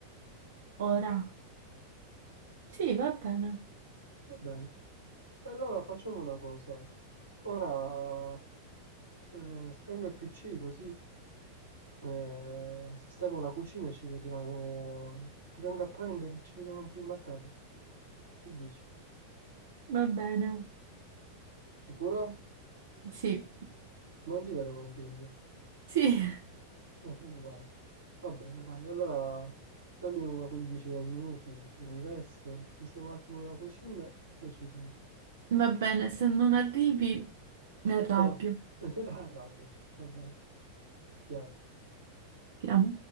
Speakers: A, on the right; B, on the right.
A: Ora. Sì, va bene.
B: Va bene. Allora facciamo una cosa. Ora eh, spengo il PC così eh, sistemo la cucina e ci vediamo. Ti vengo a prendere, e ci vediamo un film a casa. Che dici?
A: Va bene.
B: Sicura?
A: Sì.
B: Non ti vedo convinto.
A: Sì,
B: Ma meno male. Va bene, dai, allora dammi una quindicina di minuti che mi vesto, sistemo un attimo la cucina e poi ci sono.
A: <laughs> va bene. Se non arrivi, mi
B: Che
A: arrabbio.
B: cosa? <laughs> Arrabbiati, va bene, ti amo.
A: Siamo.